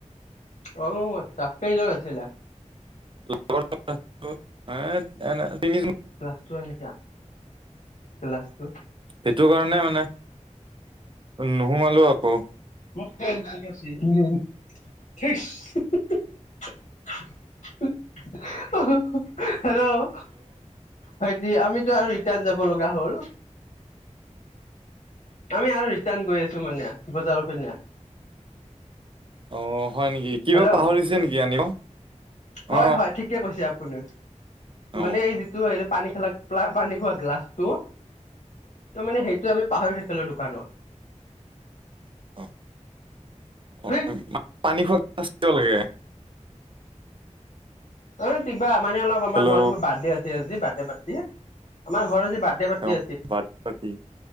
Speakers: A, on the left (about 60°); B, on the right (about 40°).
A: ঔ আচ্ছা কেইজন আছিলা?
B: <unintelligible> এনে তিনিজন।
A: ক্লাছটো আনিছা ক্লাছটো?
B: সিটো কাৰণে মানে নোহোমালো আকৌ।
A: <unintelligible> <unintelligible> হেল্ল', ভাইটি আমিতো আৰু ৰিটাৰ্ণ যাব লগা হ'ল। আমি আৰু ৰিটাৰ্ণ গৈ আছো মানে বজাৰৰ পিনে।
B: অ, হয় নেকি কিবা
A: হেল্ল'
B: পাহৰিছে নেকি আনিব?
A: হয়-
B: অ
A: হয় ঠিকে কৈছে আপুনি
B: অ অ
A: মানে এই যিটো এই পানী খেলা পানী খোৱা গ্লাছ টো ত'মানে সেইটো আমি পাহৰি থাক খেলো দোকানত।
B: অ অ,
A: হেই
B: পানী খোৱা গ্লাছ কিয় লাগে?
A: অ, কিবা মানে অলপ আমাৰ
B: হেল্ল'
A: ঘৰত মোৰ বাৰ্থদে আছে আজি বাৰ্থদে পাৰ্টি আমাৰ ঘৰত আজি বাৰ্থডে পাৰ্ট
B: অ
A: <unintelligible>
B: বাট পাতি